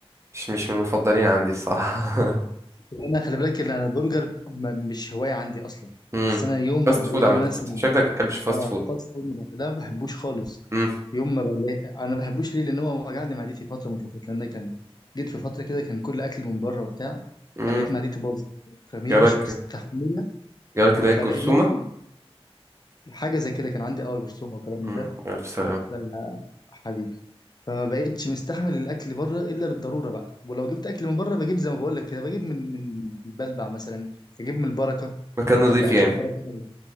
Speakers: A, on the right; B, on the left.
A: مش مش من المفضلين عندي الصراحه <laughs>
B: وأنا خلي بالك إن أنا البرجر ما- مش هواية عندي أصلا
A: امم
B: بس أنا يوم ما
A: فاست
B: بلاقي
A: فود عامه
B: مثلا
A: انت بت- شكلك ما بتحبش فاست
B: اه
A: فود
B: الفاست فود ما بح- لا ما بحبوش خالص
A: امم
B: يوم ما بلاقي انا ما بحبوش ليه لان هو وجع لي معدتي فتره من فترات لان كان جيت في فتره كده كان كل اكل من بره وبتاع
A: امم
B: فلقيت معدتي باظت فهي
A: جالك
B: مش مستحمله
A: جالك
B: مم.
A: اللي
B: فلقيت
A: هي الجرثومه
B: نفسي حاجه زي كده كان عندي قوي برسوم او كلام من
A: امم
B: ده
A: الف سلامه
B: ف- حبيبي فما بقتش مستحمل الاكل بره الا للضروره بقى ولو جبت اكل من بره بجيب زي ما بقول لك كده بجيب من من بلبع مثلا اجيب من البركه
A: مكان
B: بحب
A: نظيف
B: اكل
A: يعني
B: البركه قوي